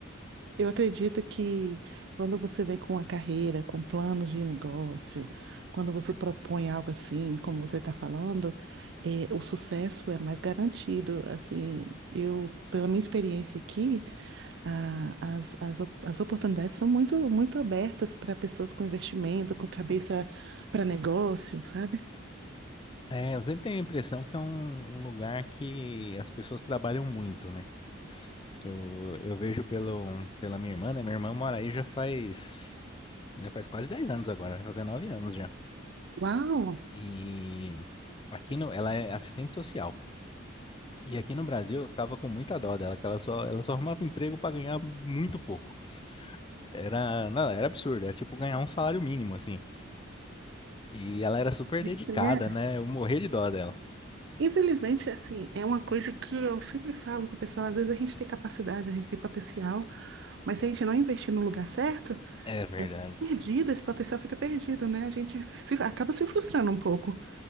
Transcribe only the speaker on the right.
Eu acredito que quando você vem com a carreira, com planos de negócio, quando você propõe algo assim, como você está falando, eh, o sucesso é mais garantido. Assim, eu, pela minha experiência aqui, a- as, as, op- as oportunidades são muito, muito abertas para pessoas com investimento, com cabeça para negócio, sabe?
Uau!
Gente,
né?
Infelizmente, assim, é uma coisa que eu sempre falo com o pessoal, às vezes a gente tem capacidade, a gente tem potencial, mas se a gente não investir no lugar certo,
é perdido, esse potencial fica perdido, né? A gente se- acaba se frustrando um pouco,